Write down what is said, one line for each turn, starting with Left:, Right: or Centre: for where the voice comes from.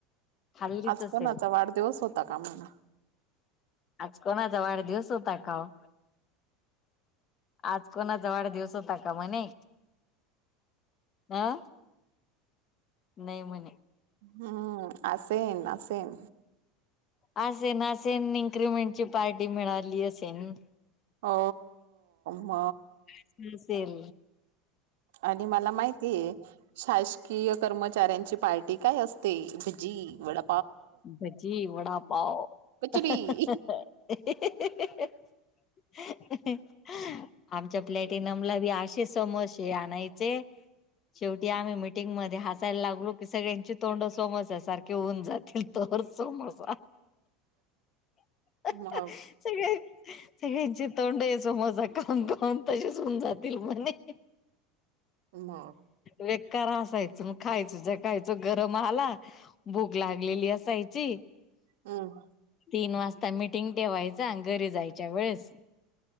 Left: खाल्लीच
Right: आज
Left: असेल
Right: कोणाचा वाढदिवस होता का म्हण
Left: आज कोणाचा वाढदिवस होता का ओ? आज कोणाचा वाढ दिवस होता का म्हणे. हा. नाही म्हणे.
Right: हम्म असेन असेन.
Left: असेन असेन इनक्रीमेंटची पार्टी मिळाली असेन.
Right: हो म
Left: स स सेम
Right: आणि मला माहिती आहे. शासकीय कर्मचाऱ्यांची पार्टी काय असते भजी वडा
Left: भजी वडापाव <unintelligible>
Right: कचोरी
Left: <unintelligible> आमच्या प्लॅटिनमला बी असे समोसे आणायचे. शेवटी आम्ही मीटिंगमध्ये हासाय लागलो की सगळ्यांची तोंड सामोस्या सारखे होऊन जात तोर समोसा <unintelligible>
Right: मग
Left: सगळे सगळ्यांची तोंड ये समोसा खाऊन खाऊन तसेच होऊन जातील म्हणे.
Right: मग
Left: बेकार हसायचो मग खायच ज्या खायच गरम आला भूक लाग गलेली असायची.
Right: हम्म
Left: तीन वाजता मिटिंग ठेवायच अन घरी जायच्या वेळेस